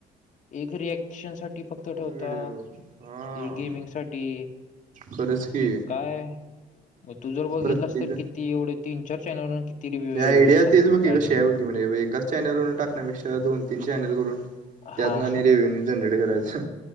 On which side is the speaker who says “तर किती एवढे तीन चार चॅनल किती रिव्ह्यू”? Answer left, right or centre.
Left